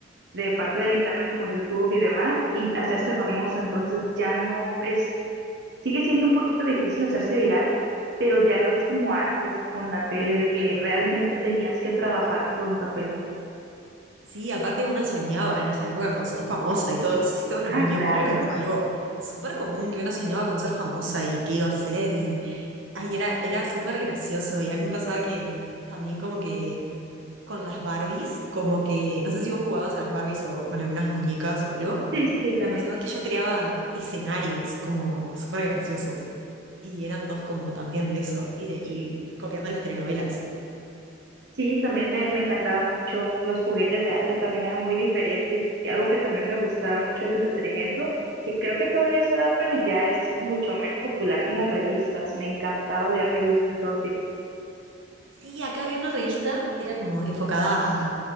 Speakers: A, on the right (about 60°); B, on the right (about 85°).
A: de parte del internet como YouTube y demás y hacerse famoso. Entonces ya no es Sigue siendo un poquito difícil hacerse viral, pero ya no es como antes con la tele de que
B: Claro.
A: realmente tenías que trabajar por un papel.
B: Sí, aparte una soñaba en esa época con ser famosa y todo. No sé si todos los
A: Ah,
B: niños,
A: claro.
B: pero era como algo súper común que una soñaba con ser famosa y qué iba a hacer y Ay, era, era súper gracioso y a mí me pasaba que mm, también como que con las Barbies, como que, no sé si vos jugabas a las Barbies o con algunas muñecas o algo,
A: Sí, sí, también.
B: me pasaba que yo creaba escenarios como súper graciosos y eran dos como también de eso y, de- y copiando las telenovelas.
A: Sí, también me, me encantaban mucho los juguetes de antes, también eran muy diferentes. Y algo que también me gustaba mucho el entretenimiento, que creo que todavía se da, pero ya es mucho menos popular son las revistas. Me encantaba leer revistas de todo tipo.
B: Sí, acá había una revista que era como enfocada a